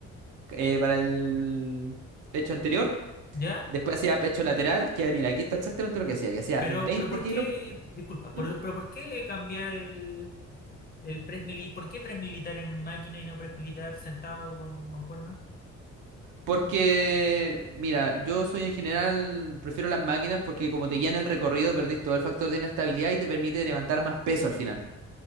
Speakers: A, on the right; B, on the left.
A: eh, para el pecho anterior.
B: ¿Ya?
A: Después hacía pecho lateral, que mira, aquí está exactamente lo que hacía, que hacía
B: Pero,
A: 20
B: pero ¿por
A: kilos.
B: qué, disculpa, pero,
A: ¿Mm?
B: pero ¿por qué cambiar el, el press mili- ¿Por qué press militar en máquina y no press militar sentado con mancuerna?
A: Porque, mira, yo soy en general, prefiero las máquinas porque como te guían el recorrido, perdís todo el factor de inestabilidad y te permite levantar más peso al final.